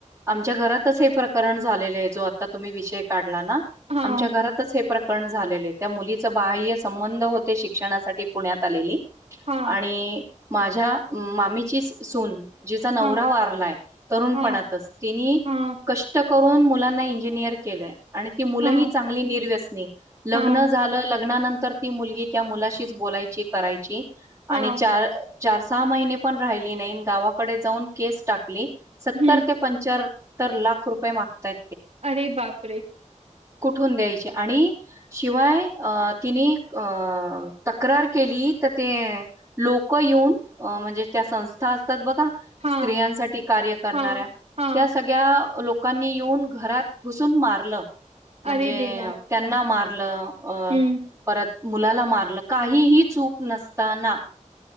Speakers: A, on the right; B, on the right.
A: आमच्या घरातच हे प्रकरण झालेलं आहे जो आता तुम्ही विषय काढला ना
B: हां,
A: आमच्या घरातच हे प्रक रण झालेले त्या मुलीचे बाह्य संबंध होते शिक्षणासाठी पुण्यात आलेली
B: हां,
A: आणि माझ्या मामीचीच सून जिचा नवरा
B: हां.
A: वारलाय तरुणपणातच
B: हां,
A: तिनी
B: हां,
A: कष्ट करून मुलांना इंजिनियर केलं. आणि ती मुलंही
B: हां,
A: चांगली निर्व्यसनी. लग्न
B: हां,
A: झालं, लग्नानंतर ती मुलगी त्या मुलाशीच बोलायची, करायची
B: हां,
A: आणि चार चार सहा महिने पण राहिली नाहीन गावाकडे जाऊन केस टाकली सत्तर
B: हं.
A: ते पंच्या त्तर लाख रुपये मागताय.
B: अरे बापरे!
A: कुठून द्यायचे आणि शिवाय अ तिने अ तक्रार केली तर ते लोक येऊन म्हणजे त्या संस्था असतात बघ
B: हां,
A: स्त्रियांसाठी कार्य करणाऱ्या
B: हां, हां.
A: त्या सगळ्या लोक लोकांनी येऊन घरात घुसून मारलं म्हणजे
B: अरे देवा!
A: त्यांना मारलं, अ
B: हं.
A: परत मुलाला मारलं काहीही चूक नसताना.